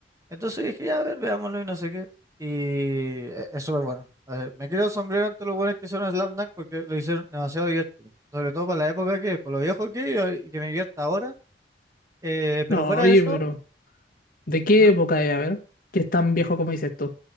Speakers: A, on the right; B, on the left.
A: Entonces dije, ya, a ver, veámoslo y no sé qué. Y e- es súper bueno. A ver, me quiero el sombrero ante los buenos que hicieron Slam Dunk porque lo hicieron demasiado divertido. Sobre todo para la época que, con lo viejo que y, que me divierta ahora. Eh, pero
B: No,
A: fuera
B: oye,
A: de eso,
B: pero... ¿De qué
A: ¿Mm?
B: época es? A ver, que es tan viejo como dices tú.